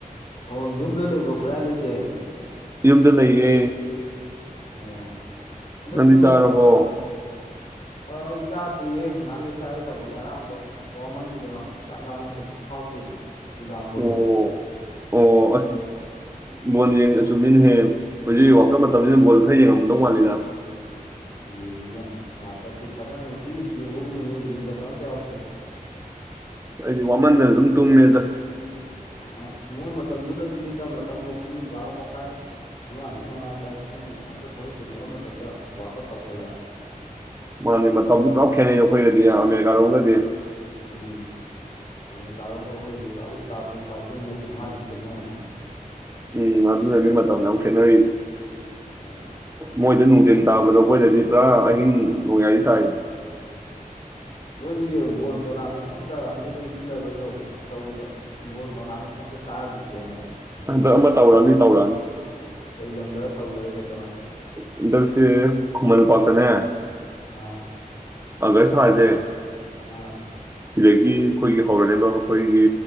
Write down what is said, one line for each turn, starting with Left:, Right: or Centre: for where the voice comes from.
Left: ꯑꯣ ꯌꯨꯝꯗ ꯂꯩꯕ꯭ꯔꯣ ꯀꯗꯥꯏ ꯂꯩꯒꯦ
Right: ꯌꯨꯝꯗ ꯂꯩꯌꯦ
Left: ꯑꯣ ꯍꯟꯗꯛꯇꯤ
Right: ꯅꯪꯗꯤ
Left: ꯅꯣꯏꯕꯨ
Right: ꯆꯥꯔꯕꯣ
Left: ꯑ ꯑꯩ ꯆꯥꯗꯔꯤꯌꯦ ꯉꯥꯏꯍꯥꯛ ꯂꯩꯔꯒ ꯆꯥꯒꯗꯧꯕ ꯉꯔꯥꯡꯗꯣ ꯋꯥꯃꯟꯈꯤꯗꯅ ꯍꯧꯖꯤꯛ ꯆꯥꯛ ꯂꯥꯝꯕ ꯀꯩꯁꯨ ꯐꯥꯎꯗꯦꯕ ꯅꯨꯡꯗꯥꯡ ꯕꯣꯜ
Right: ꯑꯣ
Left: ꯌꯦꯡꯕꯗ
Right: ꯑꯣ ꯕꯣꯟ ꯌꯦꯡ ꯆꯨꯝꯃꯤꯅꯦꯍꯦ ꯍꯧꯖꯤꯛ ꯋꯥꯀꯞ ꯃꯇꯝꯁꯤꯅ ꯕꯣꯜ ꯈꯔ ꯌꯦꯡꯉꯝꯗꯧ ꯃꯥꯜꯂꯤꯗ
Left: ꯑꯁ ꯌꯦꯡꯉꯤꯅꯦ ꯋꯥꯔꯜ ꯀꯞꯇꯤ ꯐꯖꯅ ꯅꯨꯡꯇꯤꯒꯤ ꯌꯦꯡꯕꯒꯨꯝꯕꯅꯤ ꯌꯦꯡꯗꯕ ꯑꯝꯇ ꯌꯥꯎꯗ꯭ꯔꯦ
Right: ꯑꯩꯗꯤ ꯋꯥꯃꯟꯗꯅ ꯑꯗꯨꯝ ꯇꯨꯝꯃꯦ ꯑꯗ
Left: ꯑꯁ ꯃꯣꯏ ꯃꯇꯝꯗꯨꯅꯖꯨꯅꯤꯗ ꯃꯇꯝꯕꯨ ꯄꯨꯡ ꯕꯥꯔꯣ ꯃꯈꯥꯏ ꯑꯃ ꯑꯅꯤ ꯅꯣꯡꯉꯥꯂꯝꯗꯥꯏꯗ ꯅꯣꯏꯅ ꯅꯨꯡꯉꯥꯏꯕ ꯊꯕꯛ ꯆꯤꯟꯅꯕ ꯃꯇꯝꯗ ꯋꯥꯔꯜ ꯀꯞ ꯇꯧꯁꯜꯂꯦ
Right: ꯃꯥꯅꯤ ꯃꯇꯝꯁꯨ ꯄꯨꯔꯥ ꯈꯦꯠꯅꯩ ꯑꯩꯈꯣꯏꯒꯗꯤ ꯑꯃꯦꯔꯤꯀꯥꯔꯣꯝꯒꯗꯤ
Left: ꯎꯝ ꯑꯃꯦꯀꯥꯔꯣꯝꯒ ꯑꯩꯈꯣꯏꯒꯗꯤ ꯄꯨꯔꯥ ꯎꯟ ꯇꯥ ꯄꯨꯇꯥ ꯃꯔꯤ ꯃꯉꯥꯗꯨ ꯈꯦꯠꯅꯔꯝꯅꯤ
Right: ꯎꯝ ꯑꯗꯨꯅꯅꯤ ꯃꯇꯝ ꯌꯥꯝ ꯈꯦꯠꯅꯔꯤ
Left: ꯎꯝ
Right: ꯃꯣꯏꯗ ꯅꯨꯡꯊꯤꯟ ꯇꯥꯕꯗꯣ ꯑꯩꯈꯣꯏꯗꯗꯤ ꯄꯨꯔꯥ ꯑꯍꯤꯡ ꯅꯣꯡꯌꯥꯥꯏ ꯇꯥꯏ
Left: ꯅꯣꯏꯒꯤ ꯕꯣꯜ ꯇꯣꯔꯅꯥꯃꯦꯟꯗꯣ ꯑꯝꯇ ꯍꯟꯗꯛꯇꯤ ꯁꯤꯜꯂꯔꯣꯏꯗ꯭ꯔꯣ ꯇꯧꯒꯤꯗꯕ ꯕꯣꯟ ꯇꯣꯔꯅꯃꯦꯜꯅꯒ ꯇꯥꯒꯤꯗ꯭ꯔꯦꯅꯦ ꯁꯤꯖꯟꯖꯦ
Right: ꯍꯟꯗꯛ ꯑꯃ ꯇꯧꯔꯅꯤ ꯇꯧꯔꯛꯑꯅꯤ
Left: ꯀꯩ ꯂꯝꯣꯗ ꯇꯧꯗꯔꯒꯦ
Right: ꯍꯟꯗꯛꯁꯦ ꯈꯨꯃꯟ ꯂꯝꯄꯥꯛꯇꯅꯦ
Left: ꯑꯥ
Right: ꯑꯒꯁ ꯊꯥꯁꯦ
Left: ꯑꯥ
Right: ꯁꯤꯗꯒꯤ ꯑꯩꯈꯣꯏꯒꯤ ꯍꯧꯔꯅꯦꯕ ꯑꯩꯈꯣꯏꯒꯤ